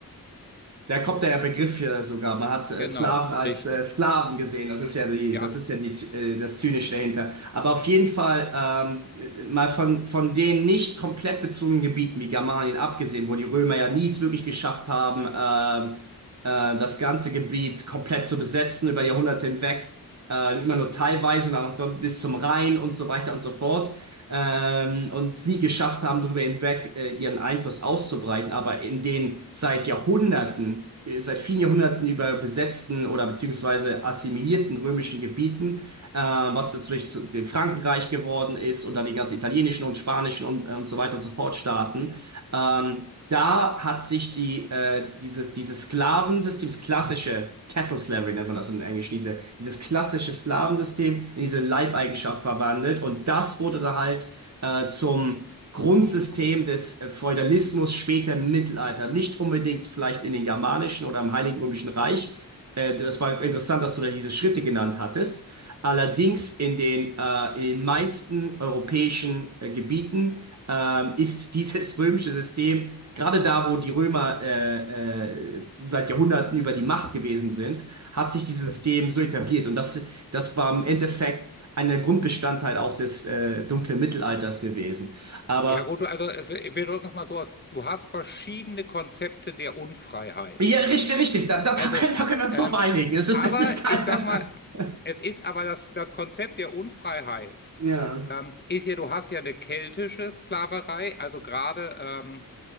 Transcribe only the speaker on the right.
Da kommt der Begriff ja sogar. Man hat äh,
Slaven als
äh, Sklaven gesehen. Das ist ja die,
das ist ja die, äh, das Zynische dahinter. Aber auf jeden Fall ähm, äh, mal von, von den nicht komplett bezogenen Gebieten wie Germanien abgesehen, wo die Römer ja nie es wirklich geschafft haben, ähm, äh, das ganze Gebiet komplett zu besetzen über Jahrhunderte hinweg, äh, immer nur teilweise und dann noch bis zum Rhein und so weiter und so fort ähm, und es nie geschafft haben, darüber hinweg äh, ihren Einfluss auszubreiten, aber in den seit Jahrhunderten, äh, seit vielen Jahrhunderten über besetzten oder beziehungsweise assimilierten römischen Gebieten, äh, was natürlich zu dem Frankenreich geworden ist und dann die ganzen italienischen und spanischen und, und so weiter und so fort Staaten, ähm, da hat sich die, äh, dieses, dieses Sklavensystem, das klassische Cattle Slavery nennt man das in Englisch, diese, dieses klassische Sklavensystem in diese Leibeigenschaft verwandelt und das wurde dann halt äh, zum Grundsystem des äh, Feudalismus später im Mittelalter. Nicht unbedingt vielleicht in den germanischen oder im Heiligen Römischen Reich. Äh, das war interessant, dass du da diese Schritte genannt hattest. Allerdings in den, äh, in den meisten europäischen äh, Gebieten ähm, ist dieses römische System Gerade da, wo die Römer äh, äh, seit Jahrhunderten über die Macht gewesen sind, hat sich dieses System so etabliert. Und das, das war im Endeffekt ein Grundbestandteil auch des äh, dunklen Mittelalters gewesen. Aber
ja, richtig, richtig, da, da,
da können, da können wir uns
drauf einigen. Es ist,
das ist kein.
<laughs>
Ja.